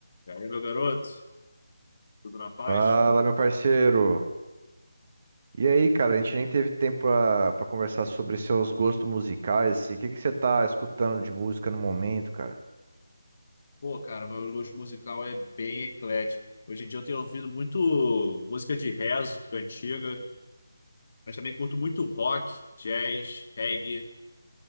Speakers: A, on the left (about 45°); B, on the right (about 40°).
A: E aí, meu garoto? Tudo na paz?
B: Fala, meu parceiro. E aí, cara, a gente nem teve tempo pra pra conversar sobre seus gostos musicais. assim. O que que você tá escutando de música no momento, cara?
A: Pô, cara, meu gosto musical é bem eclético. Hoje em dia eu tenho ouvido muito música de rezo, antiga, mas também curto muito rock, jazz, reggae.